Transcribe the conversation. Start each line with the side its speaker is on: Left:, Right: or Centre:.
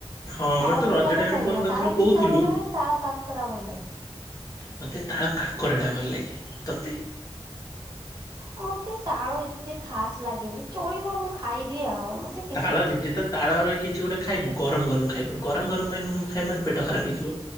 Left: ହଁ
Right: ତାଳ
Left: ମତେ ତୁ
Right: ପିଠା
Left: ରଜ ଟାଇମ
Right: ଭଲ
Left: ରେ
Right: ଲାଗେ
Left: ଫୋନ
Right: ନା?
Left: କରିଥିଲୁ
Right: ତାଳ
Left: କହୁଥିଲୁ
Right: ପିଠା ଭଲ ଲାଗେ ନା? ତାଳ କାକରା ଭଲ ଲାଗେ?
Left: ମୋତେ ତାଳ କାକରା ଟା ଭଲ ଲାଗେ। ତୋତେ?
Right: ମୋତେ ତାଳ ଏତେ ଖାସ୍ ଲାଗେନି। ଚଳିବ ମୁଁ ଖାଇଦିଏ ଆଉ। ମୋତେ
Left: ତାଳ ଯେ-ଯେତେବେଳେ ତାଳ ର ଏଇ କିଛି ଗୋଟେ ଖାଇବୁ ଗରମ ଗରମ ଖାଇବୁନୁ। ଗରମ ଗରମ ମାନୁ ଖାଇବୁ ମାନେ ପେଟ ଖରାପ। ହେଇଯିବ।